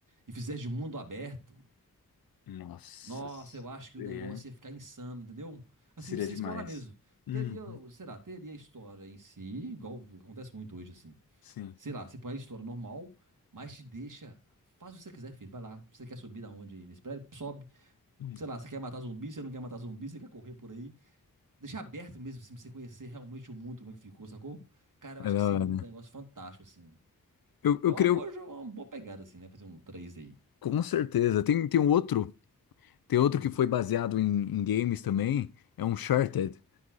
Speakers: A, on the right; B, on the left.
A: e fizessem de mundo aberto,
B: Nossa,
A: nossa, eu acho que
B: seria,
A: o negócio ia ficar insano, entendeu? Assim,
B: seria
A: pra você
B: demais.
A: explorar mesmo.
B: Uhum.
A: Teria, sei lá, teria a história em si, igual acontece muito hoje, assim.
B: Sim.
A: Sei lá, você põe a história normal, mas te deixa. Faz o que você quiser, filho. Vai lá. Você quer subir da onde nesse prédio? Sobe.
B: Hum.
A: Sei lá, você quer matar zumbi, você não quer matar zumbi, você quer correr por aí. Deixar aberto mesmo, assim, pra você conhecer realmente o mundo, como é que ficou, sacou? Cara, eu acho
B: É da
A: que seria
B: hora.
A: um negócio fantástico, assim.
B: Eu, eu
A: É uma
B: creio,
A: boa, jo- uma boa pegada, assim, né? Fazer um 3 aí.
B: com certeza. Tem, tem um outro, tem outro
A: Hum.
B: que foi baseado em, em games também, é um Uncharted.